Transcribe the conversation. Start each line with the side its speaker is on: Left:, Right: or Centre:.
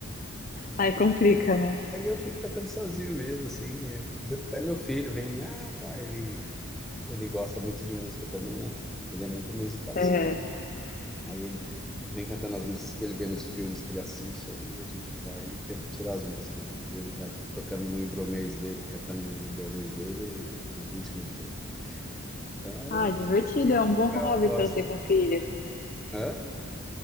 Left: Aí complica, né?
Centre: Aí eu fico tocando sozinho mesmo, assim. é. Às vezes Até meu filho vem, ah, pá, ele, ele gosta muito de música também, né? Ele é muito musical.
Left: É.
Centre: assim. Aí ele vem cantando as músicas que ele vê nos filmes que ele assiste ali, e a gente vai e tenta tirar as músicas. E ele vai tocando no embromês dele, cantando no embromês dele, no ritmo dele. Então é
Left: Ah, divertido.
Centre: assim,
Left: É um bom
Centre: que
Left: hobby
Centre: eu gosto.
Left: para ter com filho.
Centre: Hã?